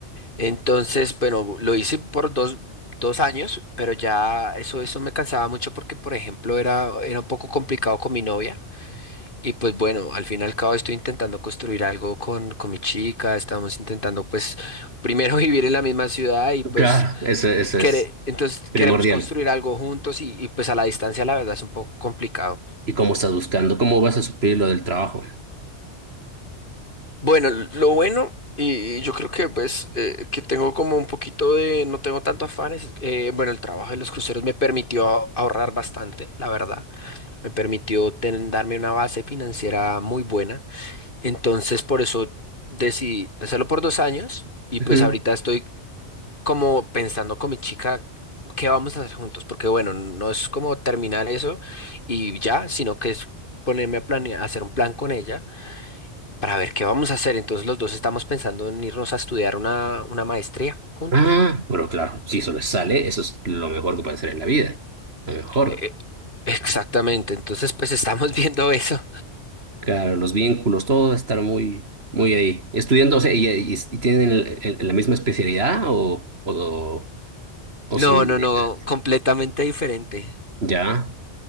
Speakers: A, on the left; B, on the right.
A: Entonces, bueno, lo hice por dos, dos años, pero ya eso, eso me cansaba mucho porque, por ejemplo, era, era un poco complicado con mi novia. Y pues bueno, al fin y al cabo estoy intentando construir algo con, con mi chica, estamos intentando pues primero <laughs> vivir en la misma ciudad y pues
B: Claro, eso, eso
A: quere-
B: es
A: entonces
B: primordial.
A: queremos construir algo juntos y, y pues a la distancia la verdad es un poco complicado.
B: ¿Y cómo estás buscando? ¿Cómo vas a suplir lo del trabajo?
A: Bueno, lo bueno, y y yo creo que pues eh, que tengo como un poquito de, no tengo tanto afanes, eh, bueno, el trabajo de los cruceros me permitió a- ahorrar bastante, la verdad, me permitió ten- darme una base financiera muy buena, entonces por eso decidí hacerlo por dos años y
B: Ujú.
A: pues ahorita estoy como pensando con mi chica qué vamos a hacer juntos, porque bueno, no es como terminar eso y ya, sino que es ponerme a planear, hacer un plan con ella para ver qué vamos a hacer. Entonces los dos estamos pensando en irnos a estudiar una, una maestría juntos.
B: Ah, pero claro, si eso les sale, eso es lo mejor que puede hacer en la vida. Lo mejor.
A: Eh, eh, exactamente, entonces pues estamos <laughs> viendo eso.
B: Claro, los vínculos, todo estar muy, muy ahí. Estudiando, o sea, y, y- y tienen el- el- la misma especialidad o, o, o
A: No,
B: son
A: no,
B: diferentes.
A: no, completamente diferente.
B: Ya,